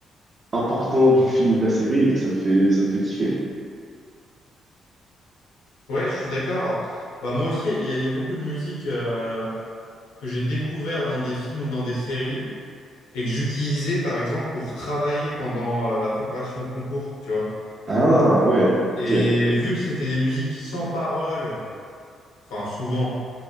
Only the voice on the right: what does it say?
important du film ou de la série et donc ça me fait ça me fait kiffer
ah ah ouais
ok